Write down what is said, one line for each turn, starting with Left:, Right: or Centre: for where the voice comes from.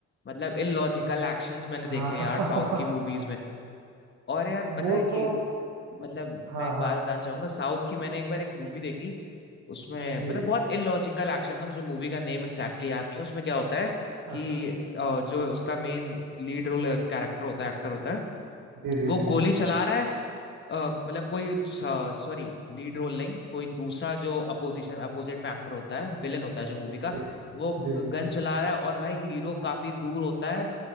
Left: मतलब इलॉजिकल एक्शंस मैंने देखे
Right: हाँ
Left: हैं
Right: हाँ
Left: यार
Right: हाँ
Left: साउथ
Right: हाँ हाँ,
Left: की मूवीज में और यार पता
Right: वो
Left: है कि
Right: तो
Left: मतलब
Right: हाँ
Left: मैं एक
Right: हाँ
Left: बात बताना चाहूंगा साउथ की मैंने एक बार एक मूवी देखी उसमें
Right: जी
Left: मतलब
Right: जी
Left: बहुत इलॉजिकल एक्शन था मुझे मूवी का नेम एग्जैक्टली याद नहीं है उसमें क्या होता है
Right: अच्छा
Left: कि अ, जो उसका मेन लीड रोल कैरेक्टर होता है एक्टर होता है
Right: जी जी
Left: वो
Right: जी
Left: गोली
Right: जी
Left: चला रहा है अ, मतलब कोई सॉरी लीड रोल नहीं कोई दूसरा जो अपोजिशन अपोजिट में एक्टर होता है विलेन होता है जो मूवी का
Right: जी
Left: वो
Right: जी जी
Left: गन
Right: जी
Left: चला रहा है और भाई हीरो काफी दूर होता है